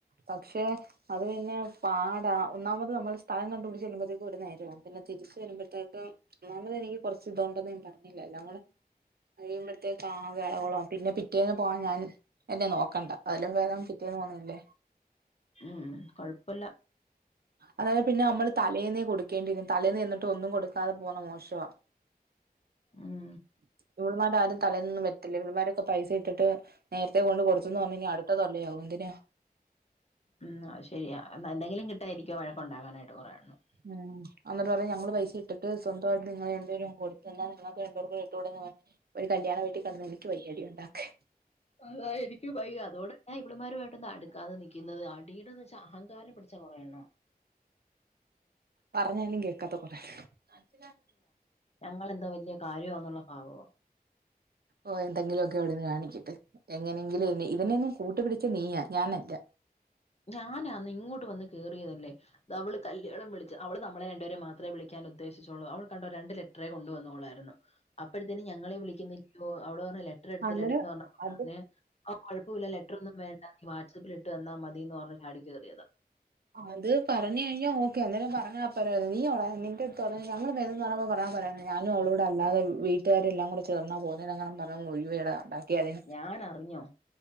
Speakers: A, on the right; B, on the left.
A: പക്ഷെ അത് പിന്നെ പാടാ. ഒന്നാമത് നമ്മൾ സ്ഥലം കണ്ടുപിടിച്ച് ചെല്ലുമ്പത്തേക്കും ഒര് നേരാവും പിന്നെ തിരിച്ചു വരുമ്പത്തേക്ക് ഒന്നാമത് എനിക്ക് കൊറച്ച് ഇതുണ്ടെന്ന് ഞാന് പറഞ്ഞില്ലെ എല്ലാകൂടെ അത് യ്യുമ്പത്തേക്ക് ആകെ എളകുളാകും പിന്നെ പിറ്റേന്ന് പോകാൻ ഞാന് എന്നെ നോക്കണ്ട അതിലും ഭേദം പിറ്റേന്ന് പോക്ണില്ലെ
B: ഉം കൊഴപ്പല്ല
A: അതായത് പിന്നെ നമ്മള് തലേന്നേ കൊടുക്കേണ്ടിവരും തലേന്ന് ചെന്നിട്ട് ഒന്നും കൊടുക്കാതെ പോണത് മോഷാ
B: ഉം
A: ഇവൾമാരാരും തലേന്നൊന്നും വരത്തില്ല ഇവൾമാരൊക്കെ പൈസ ഇട്ടിട്ട് നേരത്തെ കൊണ്ട് കൊടുത്ത ത്ത്ന്ന് പറഞ് ഇനി അടുത്ത തല്ലിനാവും എന്തിന്
B: ഉം അത് ശരിയാ എന്താ എന്തെങ്കിലും കിട്ടായിരിക്കാ വഴക്ക്‌ ഉണ്ടാക്കാനായിട്ട് കുറേയെണ്ണം
A: ഉം എന്നിട്ട് പറയാ ഞങ്ങള് പൈസ ഇട്ടിട്ട് സ്വന്തമായിട്ട് നിങ്ങള് രണ്ട് പേരും കൊടുത്താ എന്നാ നിങ്ങൾക്ക് രണ്ട് പേർക്കും കൂടെ ഇട്ടൂടെ ന്ന് പറ ഒരു കല്യാണ വീട്ടിൽ കിടന്ന് എനിക്ക് വയ്യ അടി ഉണ്ടാക്കാൻ
B: അതാ എനിക്കുംവയ്യ അതോടെ ഞാൻ ഇവളുമാരുമായിട്ടൊന്നും അടുക്കാതെ നിക്കുന്നത് അടിയുടെന്ന് വെച്ചാ അഹങ്കാരം പിടിച്ച കുറേയെണ്ണാ
A: പറഞ്ഞാലും കേക്കാത്ത കൊറെഎണ്ണം
B: ഞങ്ങെളെന്തോ വലിയ കാര്യന്നുള്ള ഭാവവാ
A: ഓഹ് എന്തെങ്കിലും ഒക്കെ അവിടെന്ന് കാണിക്കിട്ട് എങ്ങനെങ്കിലും ഇതിനെ ഒന്നും കൂട്ട് പിട ക്ക്‌ നീയാ ഞാനല്ല
B: ഞാനാന്ന് ഇങ്ങോട്ട് വന്ന് കേറിയതല്ലേ അത് അവള് കല്യാണം വിളിച്ചു അവള് നമ്മളെ രണ്ടുപേരേം മാത്രേ വിളി ക്കാൻ ഉദ്ദേശിച്ചൊള്ളൂ അവൾ കണ്ടോ രണ്ട് ലെറ്ററെ കൊണ്ടുവന്നോള്ളായിരുന്നു അപ്പോഴത്തേന് ഞങ്ങളെ വിളിക്കുന്നില്ലല്ലോ അവൾ പറഞ്ഞ ലെറ്റർ എടുത്തിട്ടിലെടിന്ന്
A: അന്നേരം
B: പറഞ്
A: അത്
B: എന്നെ ആഹ് കൊഴപ്പമില്ല ലെറ്റർ ഒന്നും വേണ്ട നീ വാട്സപ്പിലിട്ട് തന്നാ മതിയെന്ന് പറഞ് ചാടി കേറിയതാ
A: അത് പറഞ് കഴിഞ്ഞാ ഓക്കെ അന്നേരം പറഞ്ഞ പറയ നീയാണോ നിന്റടുത്ത് പറഞ്ഞ ഞങ്ങൾ വേര്ന്നു പറുമ്പോ പറയാ പറയേ ഞാനും അവളും കൂടെ അല്ലതെ വീട്ടുകാരെല്ലാം കൂടെ ചേർന്നാ പോകുന്നേ അന്നേരംങ്ങാനും പറഞ് ഒഴിയോടാ ഉണ്ടാക്കി അതി
B: ഞാൻ അറിഞ്ഞോ